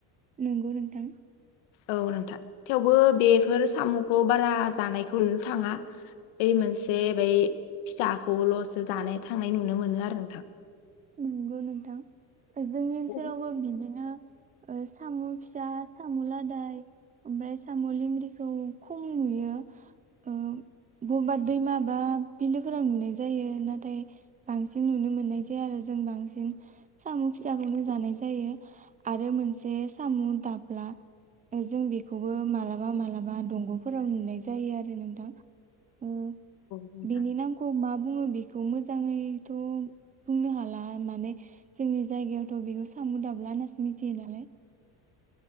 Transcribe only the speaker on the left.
औ नोंथां। थेवबो बेफोर सामुखौ बारा जानायखौ नुनो थाङा ओइ मोनसे बै फिसाखौल'स जानाय थांनाय नुनो मोनो आरो नोंथां।
औ
नोंथां।